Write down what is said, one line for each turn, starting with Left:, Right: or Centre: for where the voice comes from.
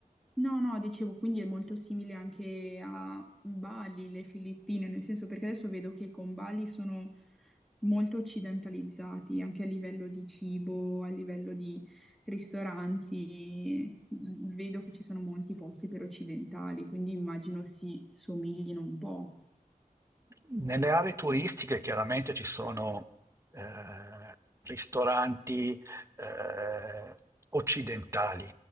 Centre: No, no, dicevo, quindi è molto simile anche a Bali, le Filippine, nel senso perché adesso vedo che con Bali sono molto occidentalizzati, anche a livello di cibo, a livello di ristoranti. Vedo che ci sono molti posti per occidentali, quindi immagino si somiglino un po'.
Right: Nelle aree turistiche chiaramente ci sono eh, ristoranti eh, occidentali.